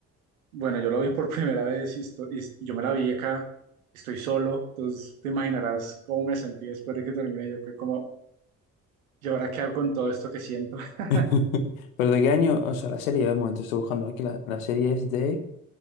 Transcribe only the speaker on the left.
<laughs> Pero de qué año, o sea, la serie, de momento, estoy buscando aquí, la, la serie es de...